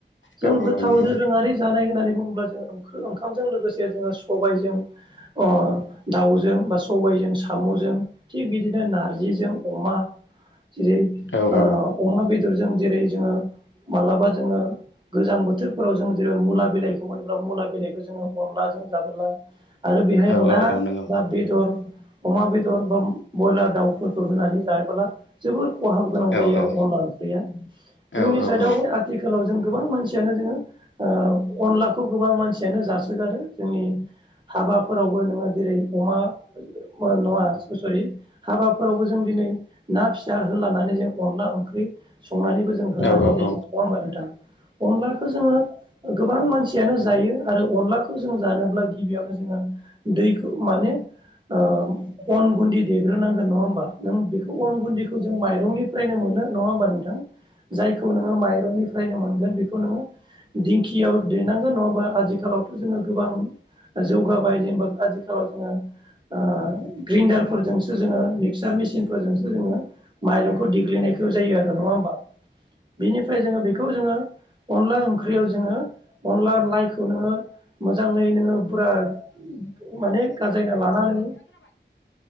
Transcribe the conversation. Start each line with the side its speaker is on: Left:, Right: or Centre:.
Right: जों
Left: औ औ
Right: गोथाव
Left: नंगौ
Right: दोरोङारि जानाय होननानै बुङोब्ला जोङों। ओंखामजों लोगोसे जोङो सबायजों। अ दाउजों बा सबायजों सामजों थिग बिदिनो नारजिजों अमा। जे
Left: औ औ
Right: ओ अमा बेदरजों जेरै जोङो मालाबा जोङो गोजां बोथोरफोराव जों मुला बिलाइखौ मोनोब्ला मुला बिलाइखौ जोङो। अनलाजों जाबोला आरो बेहाय
Left: औ
Right: ना
Left: औ औ नंगौ
Right: बा बेदर अमा बेदर बा ब्रयलार दाउफोरखौ होनानै जायोबोला जोबोर कहाब गोनां
Left: औ
Right: जायो
Left: औ
Right: आरो अनला ओंख्रिया जोंनि
Left: औ नंगौ औ नंगौ औ नंगौ
Right: साइडआवहाय आथिखालाव जों गोबां मानसियानो जोङो ओ अनलाखौ गोबां मानसियानो जासै आरो जोंनि हाबाफ नोङो जेरै अमा नङा सरि हाबाफोरावबो जों दिनै ना फि फिसा होलानानै जों अनला ओंख्रि संनानैबो जों होनानै
Left: औ
Right: जायो नङा होमबा नोंथां? अनलाखौ जोङो गोबां मानसियानो जायो आरो अनलाखौ जों जानोब्ला गिबियावनो जोङो दैखौ माने ओ अन गुन्दि देग्रोनांगोन नङा होमबा? नों बेखौ अन गुन्दैखौ जों माइरंनिफ्रायनो मोनो नङा होमबा नोंथां। जायखौ नोङो माइरंनिफ्रायनो मोनगोन बेखौ नोङो दिंखियाव दैेनांगोन नङाबा आजिखालावथ' जोङो गोबां जौगाबाय जेनेबा आजि जेराव जोङो। ओ ग्रेन्डारफोरजोंसो जोङो मिक्सार मेसिनफोरजोंसो जोङो माइरं देग्लिनायखौ जायो आरो नङा हमबा बेनिफ्राय जोङो बेखौ जोङो अनला ओंख्रियाव जोङो अनला लानायखौ नोङो मोजाङै नोङो पुरा माने गाजायना लानानै।